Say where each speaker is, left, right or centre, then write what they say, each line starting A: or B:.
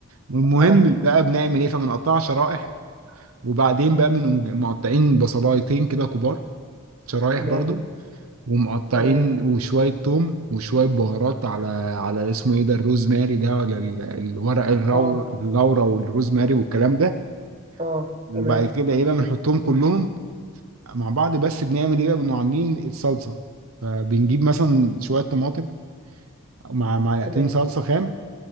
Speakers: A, on the right (about 80°); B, on the right (about 30°).
A: المهم
B: حاضر
A: بقى بنعمل ايه فبنقطعها شرائح وبعدين بقى بنقوم مقطعين بصلايتين كده كبار شرايح
B: تمام
A: برضو ومقطعين
B: تمام
A: وشوية توم وشوية بهارات على على اسمه ايه ده الروزماري ده ولا ال- الورق الرو...
B: اه
A: اللورا والروزماري والكلام ده
B: اه
A: وبعد
B: تمام
A: كده ايه بقى بنحطهم كلهم مع بعض بس بنعمل ايه بقى بنبقى عاملين الصلصة فبنجيب مثلا شوية طماطم مع معلقتين
B: تمام
A: صلصة خام